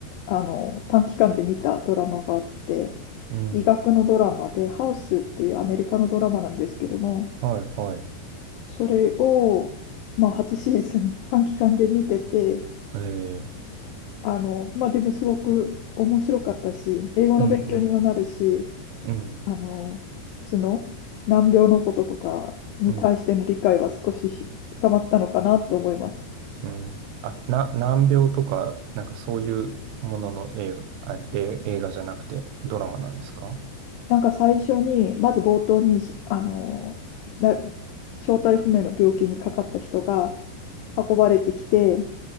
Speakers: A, on the left; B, on the right.
A: あの短期間で見たドラマがあって
B: うん。
A: 医学のドラマで「ハウス」っていうアメリカのドラマなんですけども
B: はい、はい。
A: それを、まあ、8シーズン <laughs> 短期間で見てて、
B: えー、
A: あの、まあ、でもすごく面白かったし、英語の勉強にもなるし、
B: うん、うん、うん、
A: あの、普通の難病のこととかに対しての理解は少し深まったのかなと思います。
B: うん、うん。あ、な、難病とか、なんかそういうものの映画、あ、え映画じゃなくてドラマなんですか
A: なんか最初に、まず冒頭に、しあの、な正体不明の病気にかかった人が運ばれてきて、